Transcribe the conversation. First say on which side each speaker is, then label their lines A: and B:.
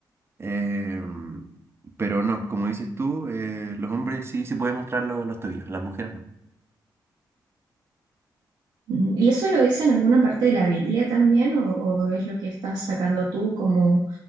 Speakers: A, on the right; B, on the right.
A: Eh, pero no, como dices tú, eh, los hombres sí se pueden mostrar lo- los tobillos, las mujeres no.
B: Mm, ¿Y eso lo dice en alguna parte de la Biblia también o, o es lo que estás sacando tú como